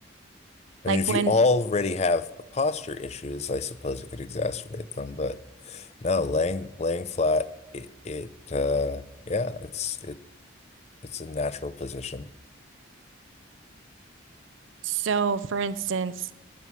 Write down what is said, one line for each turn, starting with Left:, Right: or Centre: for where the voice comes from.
Left: I
Right: Like
Left: mean, if
Right: when,
Left: you already have posture issues, I suppose it could exacerbate them, but no, laying laying flat, it it uh yeah, it's it it's a natural position.
Right: so for instance,